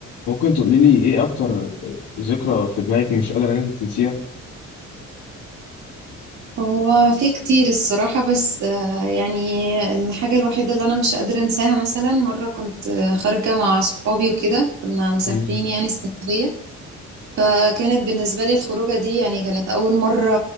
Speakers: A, on the left; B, on the right.
A: ممكن تقولي لي ايه اكتر ذكرى في دماغك مش قادرة ان انت تنسيها
B: هو في كتير الصراحة بس آه، يعني الحاجة الوحيدة اللي أنا مش قادرة أنساها مثلا مرة كنت آه، خارجة مع صحابي وكده كنا مسافرين
A: امم
B: يعني اسكندرية فكانت بالنسبة لي الخروجة دي يعني كانت أول مرة